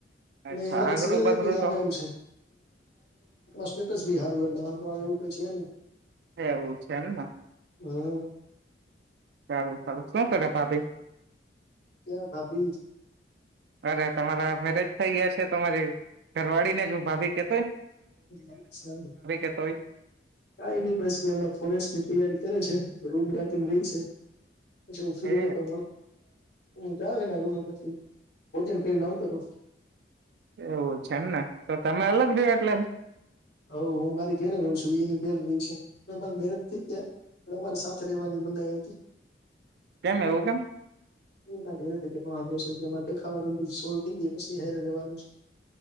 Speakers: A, on the right; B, on the left.
A: અચ્છા
B: તાય હારી
A: આગરું
B: સેલરી
A: બગરું
B: બી આપ
A: તો
B: ત્યા સ્ટેટસી સારું એટ એવું ક છે
A: એવું છે ને
B: હમ્મ
A: સારું સારું શું કરે ભાભી
B: ક્યાં ભાભી
A: અરે તમારા મેરેજ થઈ ગયા છે તમારી ઘરવાળી ને જો ભાભી કે
B: અચ્છા હમ
A: કેતો હોય.
B: કઈ નઈ બસ એ એમણા ફોરેસ્ટ ની તૈયારી કરે છે રૂમ રાખીને રાય છે પછી ફ્રી
A: એ
B: હોય તો જ આવે એ ના રૂમે પછી ભોજન કરીને આવતો રઉ.
A: એવું છે એમને તો તમે અલગ ર એટલે એમ
B: હ હું મારી કઘેરે રહ છું એને કે રહી છે મેરેજ થઈ ગયા પણ અમારે સાથે રવાની મનાઈ આવ હતી
A: કેમ એવું કેમ
B: એ ના ઘેથી કક વાંધો છે જે દેખાવા સોલ્વ થઈ ગાય પછી હેરે રહેવાનું છે